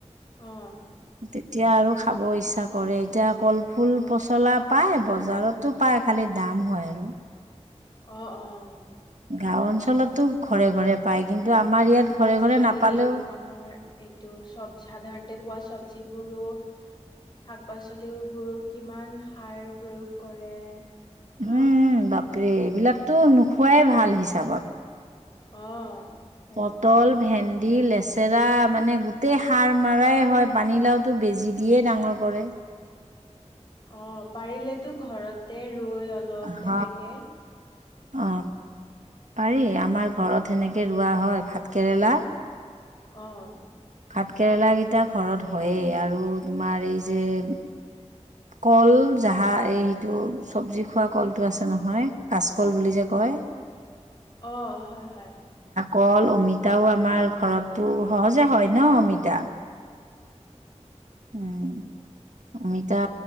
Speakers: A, on the left (about 40°); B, on the right (about 85°).
A: অ
B: তেতিয়া আৰু, খাব ইচ্ছা কৰে, এতিয়া কলফুল পচলা পায়। বজাৰতো পায় খালি দাম হয়, আৰু
A: অ', - অ', সেইটোৱে
B: গাঁও অঞ্চলতো, ঘৰে-ঘৰে পায়। কিন্তু আমাৰ ইয়াত
A: আৰু
B: ঘৰে
A: আজিকালি
B: ঘৰে নাপালেও
A: আমাৰ এইটো চবজ সাধাৰণতে পোৱা চবজ, যিবোৰো শাক-পাচলিবোৰো কিমান সাৰ প্ৰয়োগ কৰে।
B: উম',
A: ন
B: - উম ', বাপ ৰে এইবিলাকতো নোখোৱাই ভাল হিচাপত,
A: অ', সেইটোৱে
B: পটল, ভেন্দী দি, লেচেৰা মানে গোটেই সাৰ মাৰায় হয়। পানীলাওটো বেজি দিয়ে ডাঙৰ কৰে।
A: অ', পাৰিলেতো ঘৰতে ৰুই অলপ
B: হ।
A: তেনেকে,
B: অ', পাৰি আমাৰ ঘৰত সেনেকে ৰোৱা হয় ভাত- কেৰেলা
A: অ',
B: ভাত কেৰেলা কেইটা ঘৰত হয়েই আৰু তোমাৰ এই যে', - কল জাহা এই সেইটো চবজি খোৱা কলটো আছে নহয় কাচ কল বুলি যে কয়
A: অ', হয়', - হয়',
B: কল-অমিতাও আমাৰ ঘৰতটো সহজে হয় ন', অমিতা উম', অমিতা